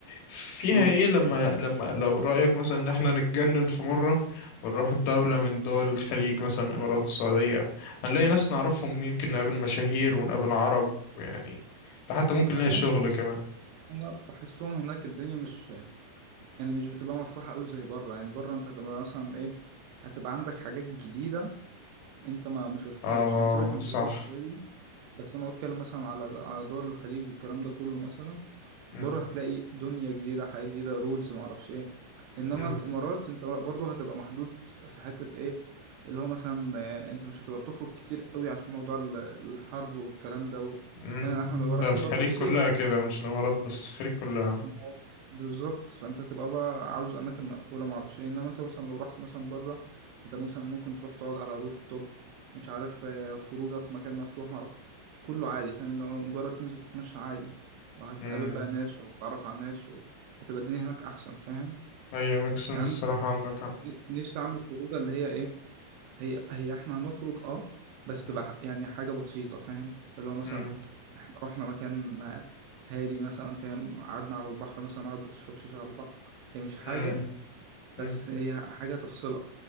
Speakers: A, on the left; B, on the right.
A: فيها
B: اه
A: ايه لما لما لو رأيك مثلا ان احنا نتجنن في مرة ونروح دولة من دول الخليج مثلا الامارات السعودية هنلاقي ناس نعرفهم يمكن نقابل مشاهير ونقابل عرب يعني ده حتى
B: انا
A: ممكن نلاقي
B: فاهم
A: شغل
B: بس
A: كمان
B: انا بحسهم هناك الدنيا مش يعني مش بتبقى مفتوحه قوي زي بره يعني بره انت هتبقى مثلا ايه هتبقى عندك حاجات جديده انت ما ما شفتهاش
A: اه
B: يعني سيبك من
A: صح
B: دبي شويه بس انا بتكلم مثلا على على دول الخليج والكلام ده كله مثلا
A: مم.
B: بره هتلاقي دنيا جديدة حياة جديدة رولز معرفش ايه انما
A: مم.
B: الامارات انت برضه هتبقى محدود في حتة ايه اللي هو مثلا آه، انت مش هتبقى بتخرج كتير قوي عشان موضوع ال- الحر والكلام ده و...
A: مم.
B: فاهم احنا نبقى رايحين
A: ده الخليج
B: برضه في
A: كلها
B: صيف
A: كده مش الامارات بس الخليج كلها
B: ما هو بالظبط فانت هتبقى بقى عاوز اماكن مقفوله ما اعرفش إيه. انما انت مثلا لو رحت مثلا بره انت مثلا ممكن تروح تقعد على روف توب مش عارف آه، خروجه في مكان مفتوح ما اعرف كله عادي فاهم إن هو مجرد تنزل تتمشى عادي وهتقابل
A: مم.
B: بقى ناس وهتتعرف على ناس و... هتبقى الدنيا هناك احسن فاهم
A: ايوه ميكسن
B: يعني
A: الصراحة عندك حق
B: أنا نفسي اعمل خروجه اللي هي ايه هي هي احنا هنخرج اه بس
A: مم.
B: تبقى ح- يعني حاجة بسيطة فاهم اللي هو مثلا
A: مم.
B: احنا رحنا مكان آه، هادي مثلا فاهم قعدنا على البحر مثلا قاعد بتشرب شاي على البحر هي مش حاجة
A: مم. مم.
B: بس هي حاجة تفصلك